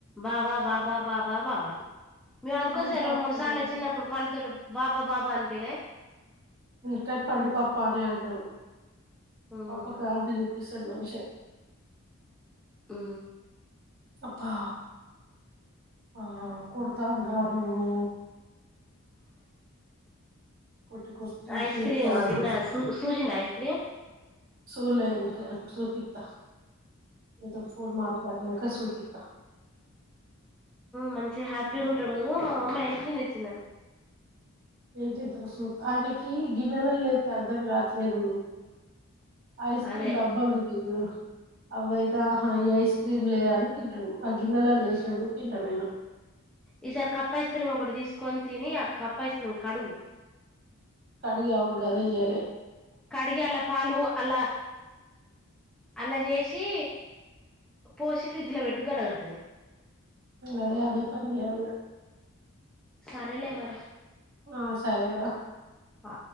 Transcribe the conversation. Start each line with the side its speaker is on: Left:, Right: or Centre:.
Centre: బాబా బాబా బాబా బాబా మేము అందుకోసం
Right: నేను పప్పా
Centre: రెండు మూడు సార్లు
Right: అని అంటా
Centre: చిన్నప్పుడు పంటడుతో బాబా బాబా అనిపిలే
Right: తంట పండు పప్ప అనే అంటాడు
Centre: ఉమ్,
Right: పప్ప కా అంట చూపిస్తాడు మనిషి
Centre: ఆ
Right: అబ్బా ఆ కొడతా ఉంటారా నన్ను కొట్టి కొట్టి
Centre: ఐస్
Right: చేత్తాండు
Centre: క్రీమ్ తిన్న సూ చూసిండా ఐస్ క్రీమ్
Right: సూలేప్పుడు సూపిిత ఏ ఫోర్ మా మరి ఇంకా సుపిత్త
Centre: మంచిగా హ్యాపీగా ఉంటాడు మా మమ్మీ ఐస్ క్రీమ్ తెచ్చిందాను
Right: ఏ చెత్ర సూ ఆయనకి గిన్నెల లేతే అర్ధం కావట్లేదు ఐస్ క్రీమ్
Centre: అదే
Right: డబ్బాలు ఉంటాయి చూడు అవయితే ఆహా ఈ ఐస్ క్రీమ్ లేయాని తింటడు ఆ గిన్నెలా లేసినందుడు తింటలేడు
Centre: ఈసారి కప్ ఐస్ క్రీమ్ ఒకటి తీసుకొని తిని ఆ కప్ ఐస్ క్రీమ్ కడుగు
Right: కడుగి అవును గద ఎ యాలి
Centre: కడిగి అలా పాలు అలా అలా చేసి పోసి ఫ్రిడ్జ్ లో పెట్టుకు గడ్డ గడతాది
Right: అదే అదే పని చెయ్యాలి ఇగ
Centre: సారేలే మారీ
Right: ఆ సరే రా
Centre: ఆ